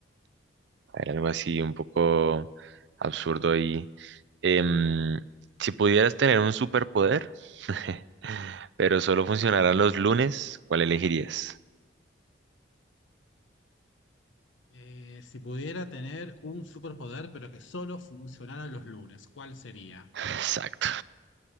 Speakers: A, on the right; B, on the left.
A: era algo así un poco absurdo ahí. Em, si pudieras tener un superpoder, <laughs> pero solo funcionarán los lunes, ¿cuál elegirías?
B: Eh, si pudiera tener un superpoder, pero que solo funcionara los lunes, ¿cuál sería?
A: <laughs> Exacto.